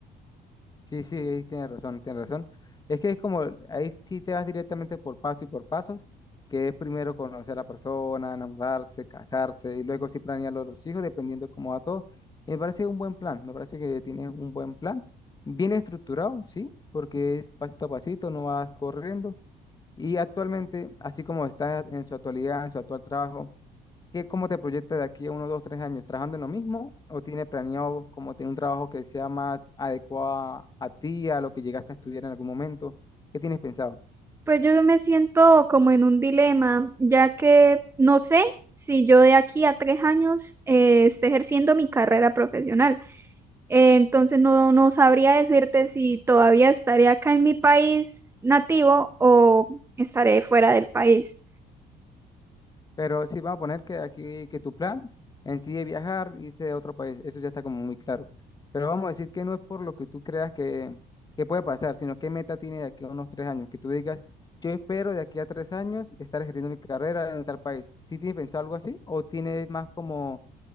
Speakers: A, on the left; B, on the right.
A: Sí, sí, ahí tienes razón, tienes razón. Es que es como, ahí sí te vas directamente por paso y por pasos, que es primero conocer a la persona, enamorarse, casarse, y luego sí planear lo de los hijos, dependiendo de cómo va todo. Me parece un buen plan, me parece que tienes un buen plan, bien estructurado, sí, porque es pasito a pasito, no vas corriendo. Y actualmente, así como está en su actualidad, en su actual trabajo, ¿Qué, cómo te proyectas de aquí a uno, dos, tres años? ¿Trabajando en lo mismo o tiene planeado como tener un trabajo que sea más adecuado a, a ti, a lo que llegaste a estudiar en algún momento? ¿Qué tienes pensado?
B: Pues yo me siento como en un dilema, ya que no sé si yo de aquí a tres años eh, esté ejerciendo mi carrera profesional, Eh, entonces no, no sabría decirte si todavía estaré acá en mi país nativo o estaré fuera del país.
A: Pero sí, vamos a poner que aquí, que tu plan en sí es viajar, irse a otro país, eso ya está como muy claro. Pero vamos a decir que no es por lo que tú creas que, que puede pasar, sino qué meta tienes de aquí a unos tres años, que tú digas, yo espero de aquí a tres años estar ejerciendo mi carrera en tal país. ¿Sí tienes pensado algo así o tienes más como